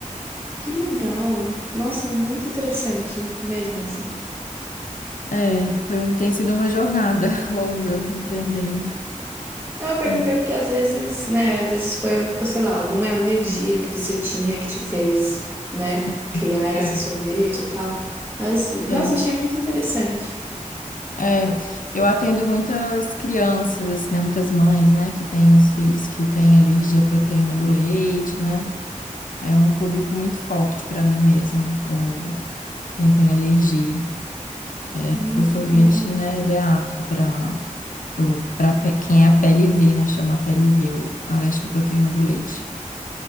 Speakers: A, on the right; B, on the left.
A: Que legal! Nossa, muito interessante mesmo assim.
B: É, foi, um- tem sido uma jornada <laughs> longa empreendendo.
A: Não, Eu perguntei
B: Hum,
A: porque às vezes, né, às vezes foi, sei lá, alguma alergia que você tinha que te fez, né,
B: sim,
A: criar
B: É,
A: esse sorvete e tal. Mas,
B: é,
A: nossa, achei muito interessante.
B: é. Eu atendo muitas crianças, assim, né? Muitas mães, né? Que têm os filhos que têm alergia à proteína do leite, né? É um público muito forte para mim mesmo, o, quem tem alergia. É,
A: Muito
B: porque o sorvete,
A: legal.
B: né? Ele é apto para para quem é a P L V, né? Chama P L V o- a lactoproteína do leite.